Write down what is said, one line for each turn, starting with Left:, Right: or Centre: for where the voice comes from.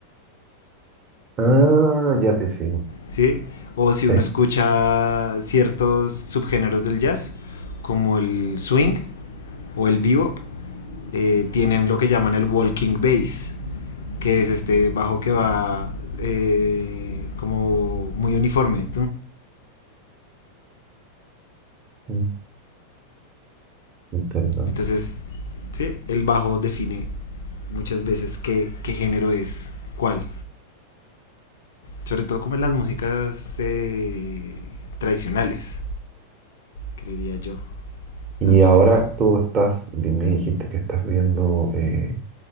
Right: Ah, ya te sigo.
Left: ¿Sí? O si uno
Right: Sí.
Left: escucha ciertos subgéneros del jazz, como el swing o el bebop, eh, tienen lo que llaman el walking bass que es este bajo que va eh, como muy uniforme.
Right: Mm, Interesante.
Left: Entonces, ¿sí? el bajo define muchas veces qué, qué género es cuál. Sobre todo como en las músicas eh, tradicionales, creería yo
Right: Y
Left: también
Right: ahora
Left: eso.
Right: tú estás, di- me dijiste que estás viendo eh,